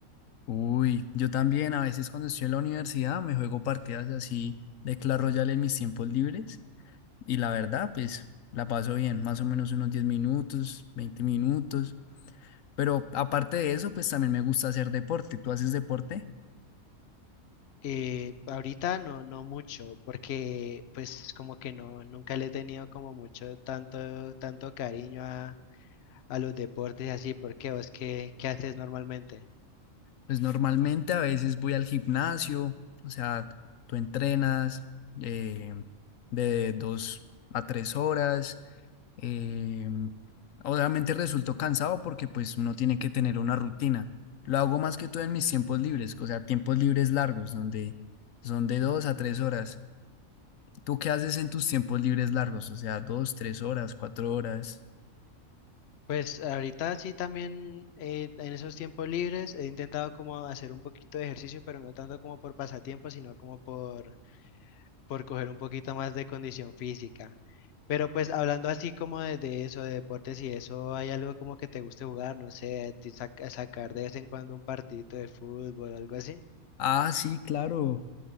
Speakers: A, on the left; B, on the left.
A: Uy, yo también a veces cuando estoy en la universidad me juego partidas así de Clash Royale en mis tiempos libres y la verdad pues la paso bien, más o menos unos 10 minutos, 20 minutos. Pero aparte de eso, pues también me gusta hacer deporte. ¿Tú haces deporte?
B: Eh, ahorita no, no mucho, porque pues como que no, nunca le he tenido como mucho tanto, tanto cariño a, a los deportes y así, porque vos qué, qué haces normalmente.
A: Pues normalmente a veces voy al gimnasio, o sea, tú entrenas eh, de dos a tres horas. eh, obviamente resulto cansado porque pues uno tiene que tener una rutina. Lo hago más que todo en mis tiempos libres, o sea, tiempos libres largos, donde son de dos a tres horas. ¿Tú qué haces en tus tiempos libres largos? O sea, dos, tres horas, cuatro horas.
B: Pues ahorita sí también eh, en esos tiempos libres he intentado como hacer un poquito de ejercicio, pero no tanto como por pasatiempo, sino como por, por coger un poquito más de condición física. Pero pues hablando así como de, de eso, de deportes y eso, ¿hay algo como que te guste jugar? No sé, ti saca- sacar de vez en cuando un partidito de fútbol, algo así.
A: Ah, sí, claro.